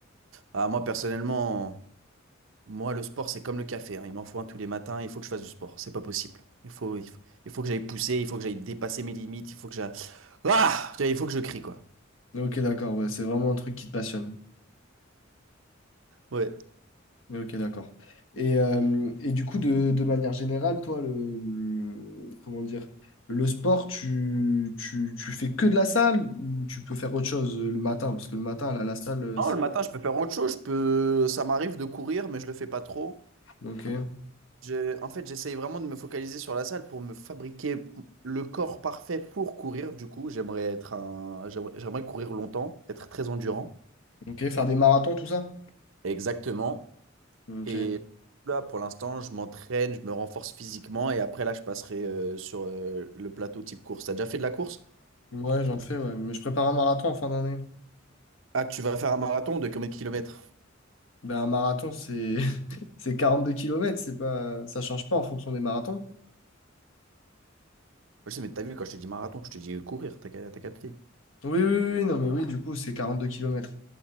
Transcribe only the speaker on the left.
Ok, d'accord, ouais, c'est vraiment un truc qui te passionne.
Mais Ok, d'accord. Et, euh, et du coup, de, de manière générale, toi, le, comment dire, le sport, tu, tu, tu fais que de la salle ou tu peux faire autre chose euh, le matin? Parce que le matin, là, la salle, euh,
c'est...
Ok.
Ok, faire des marathons, tout ça?
Ok.
Ouais, j'en fais, ouais. Mais je prépare un marathon en fin d'année.
Ben, un marathon, c'est <laughs> c'est quarante-deux kilomètres c'est pas... ça change pas en fonction des marathons.
Oui, oui, oui, oui, non, mais oui, du coup, c'est quarante deux kilomètres